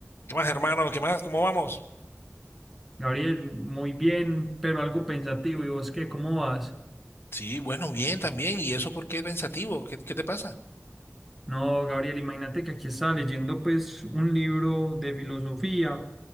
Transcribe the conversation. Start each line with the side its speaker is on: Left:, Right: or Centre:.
Left: ¿Qué más, hermano? ¿Qué más? ¿Cómo vamos?
Centre: Gabriel, muy bien, pero algo pensativo. ¿Y vos qué? ¿Cómo vas?
Left: Sí, bueno, bien también. ¿Y eso por qué pensativo? ¿Qué, qué te pasa?
Centre: No, Gabriel, imagínate que aquí estaba leyendo pues un libro de filosofía